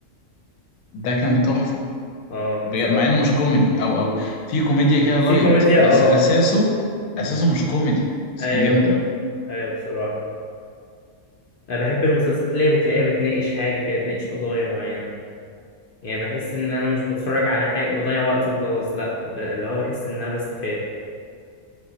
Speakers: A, on the left; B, on the left.
A: ده كان تحفة
B: اه
A: بج-
B: بصراحة
A: مع إنه مش كوميدي أو أو في كوميديا كده لايت
B: في كوميديا
A: بس
B: اه
A: أساسه أساسه مش كوميدي بس
B: ايوه
A: كان جامد أوي
B: ايوه بصراحة انا بحب المسلسلات اللي هي بتلاقيها بتناقش حاجة كده بتناقش قضايا معينة يعني بحس ان انا مش بتفرج على حاجة بضيع وقتي وخلاص لا ب... اللي هو بحس ان انا بستفاد